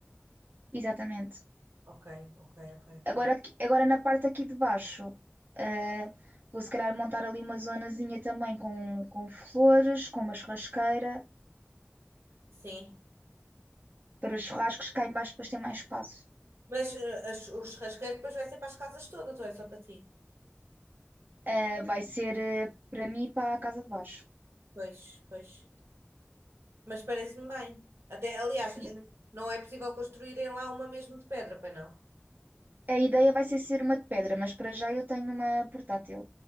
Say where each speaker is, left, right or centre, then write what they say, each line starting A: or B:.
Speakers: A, on the right (about 50°); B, on the right (about 80°).
A: Exatamente.
B: Ok, ok, ok,
A: Agora,
B: ok.
A: aqui- agora na parte aqui de baixo, eh, vou se calhar montar ali uma zonazinha também com, com flores, com uma churrasqueira,
B: Sim.
A: para os churrascos cá em baixo depois ter mais espaço.
B: Mas eh, as- o churrasqueiro depois vai ser para as casas todas, ou é só para ti?
A: Eh, vai ser, eh, para mim, para a casa de baixo.
B: Pois, pois. Mas parece-me bem. Até, aliás,
A: Sim,
B: não é possível construírem lá uma mesmo de pedra, pois não?
A: a ideia vai ser ser uma de pedra, mas para já eu tenho uma portátil.